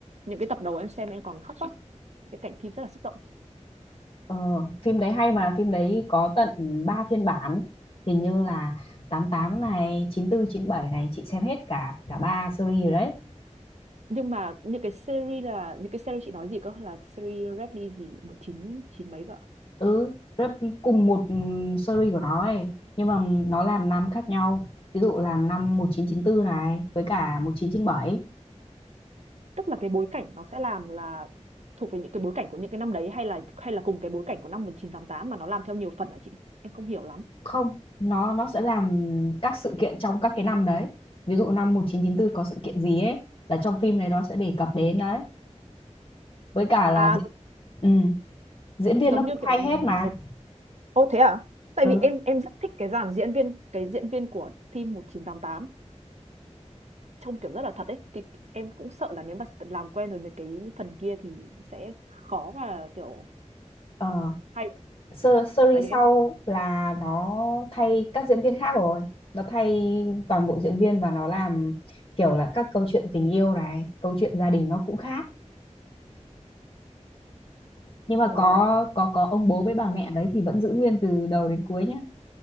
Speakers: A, on the right; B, on the left.
A: Những cái tập đầu em xem em còn khóc lắm, cái cảnh phim rất là xúc động.
B: ờ, phim đấy hay mà phim đấy có tận 3 phiên bản hình như là tám tám này chín tư, chín bảy này chị xem hết cả cả ba series rồi đấy
A: Nhưng mà những cái series là những cái series chị nói gì cơ là series Gremlin gì 19 chín chín mấy cơ. ạ?
B: ừ rất cùng một ừm, series của nó ấy nhưng mà nó làm năm khác nhau ví dụ làm năm 1994 này với cả một chín chín bảy
A: Tức là cái bối cảnh nó sẽ làm là thuộc về những cái bối cảnh của những cái năm đấy hay là hay là cùng cái bối cảnh của năm 1988 mà nó làm theo nhiều phần hả chị? Em không hiểu lắm.
B: không nó nó sẽ làm các sự kiện trong các cái năm đấy ví dụ năm 1994 có sự kiện gì ấy là trong phim này nó sẽ đề cập đến đấy với cả là
A: À
B: diễn-
A: giống
B: ừ Diễn viên
A: giống
B: nó cũng
A: như kiểu
B: thay hết mà.
A: một ô thế à? Tại
B: Ừ.
A: vì em em rất thích cái dàn diễn viên cái diễn viên của phim 1988 trông kiểu rất là thật ấy thì em cũng sợ là nếu mà làm quen rồi mấy cái phần kia thì sẽ khó mà kiểu
B: Ờ.
A: hay
B: Sơ series
A: tại vì
B: sau
A: em
B: là nó thay các diễn viên khác rồi. Nó thay toàn bộ diễn viên và nó làm kiểu là các câu chuyện tình yêu này, câu chuyện gia đình nó cũng khác. Nhưng mà
A: ờ,
B: có có có ông bố với bà mẹ đấy thì vẫn giữ nguyên từ đầu đến cuối nhá.